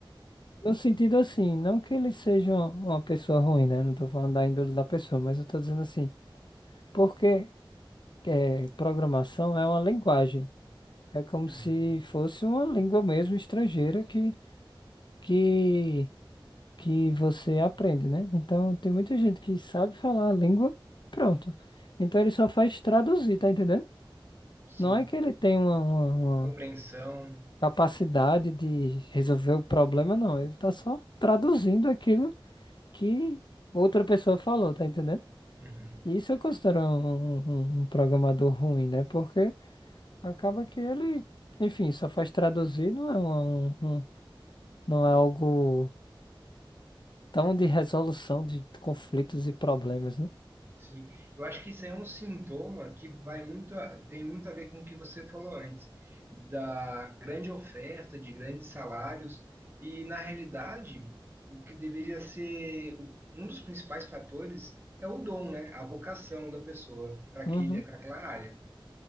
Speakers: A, on the left (about 60°); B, on the right (about 25°).
A: No sentido assim, não que ele seja uma pessoa ruim, né? Não tô falando da índole da pessoa, mas eu tô dizendo assim, porque é, programação é uma linguagem. É como
B: Uhum.
A: se fosse uma língua mesmo estrangeira que, que que você aprende, né? Então tem muita gente que sabe falar a língua e pronto. Então ele só faz traduzir, tá entendendo?
B: <laughs> Sim,
A: Não é que ele tem uma, uma- uma
B: compreensão.
A: capacidade de resolver o problema, não. Ele tá só traduzindo aquilo que outra pessoa falou, tá entendendo?
B: Uhum.
A: E Isso eu considero um, um- um um programador ruim, né? Porque acaba que ele, enfim, só faz traduzir, não é uma- um, um- não é algo tão de resolução de conflitos e problemas, né?
B: Sim, eu acho que isso é um sintoma que vai muito a- tem muito a ver com o que você falou antes, da grande oferta, de grandes salários, e na realidade, o que deveria ser o- um dos principais fatores é o dom, né? A vocação da pessoa para aquele,
A: Uhum.
B: para aquela área.